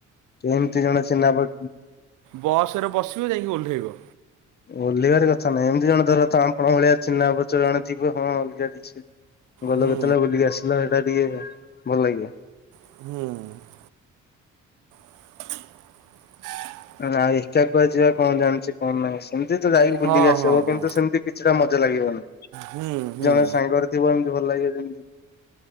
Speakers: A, on the left; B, on the right.
A: ଏମତି ଜଣେ ଚିହ୍ନା ପ
B: ବସ୍ ରେ ବସିବ ଯାଇକି ଓହ୍ଲାଇବ।
A: ଓହ୍ଲିବାର କଥା ନାହିଁ ଏମିତି ଜଣେ ଧର ତ ଆପଣ ଭଳିଆ ଚିହ୍ନା ପରିଚୟ ଜଣେ ଥିବା ହଁ ଅଲଗାକିଛି। ଗଲ
B: ହୁଁ
A: କତେ ବେଳେ ବୁଲିକି ଆସିଲ ସେଇଟା ଟିକେ ଭଲ ଲାଗେ।
B: ହୁଁ। <unintelligible>
A: <unintelligible> ଏକା କୁହାଯିବା କଣ ଜାଣିଛି। ହଁ ନାଇଁ ସେମିତି ତ ଯାଇକି
B: ହଁ
A: ବୁଲିକି ଆସି
B: ହଁ
A: ହେବ
B: ହଁ
A: କିନ୍ତୁ ସେମିତି କିଛିଟା ମଜା ଲାଗିବନି।
B: ହୁଁ ହୁଁ।
A: କା ସାଙ୍ଗରେ ଥିବ ଏମିତି ଭଲ ଲାଗିବ ଯେମିତି।